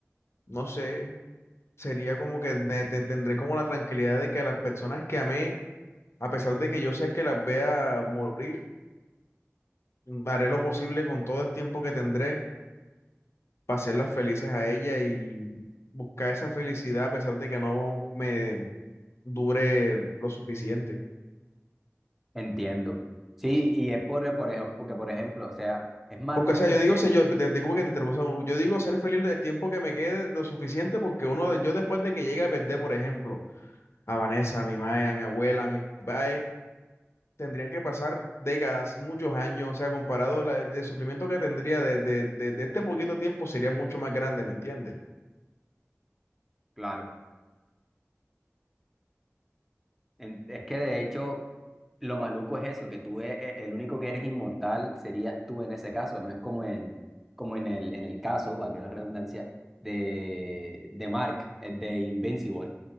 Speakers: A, on the left; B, in the centre.
A: no sé, sería como que me- te- tendré como la tranquilidad de que las personas que amé, a pesar de que yo sé que las vea morir, haré lo posible con todo el tiempo que tendré para hacerlas felices a ella y buscar esa felicidad a pesar de que no me dure lo suficiente.
B: Entiendo. Sí, y es por, por ejemplo, porque, por ejemplo, o sea, es maluco
A: Porque, o sea,
B: porque,
A: yo digo, sé yo, te te digo porque te interrumpo, o sea, yo digo ser feliz el tiempo que me quede lo suficiente porque uno, de- yo después de que llegue a perder, por ejemplo, a Vanessa, a mi madre, a mi abuela, a mi padre, tendrían que pasar décadas, muchos años, o sea, comparado la, de sufrimiento que tendría desde de, de- de este poquito tiempo sería mucho más grande, ¿me entiendes?
B: claro. En- Es que de hecho, lo maluco es eso, que tú e- e- el único que eres inmortal serías tú en ese caso, no es como en, como en el, en el caso, valga la redundancia, de, de Mark, eh, de Invincible,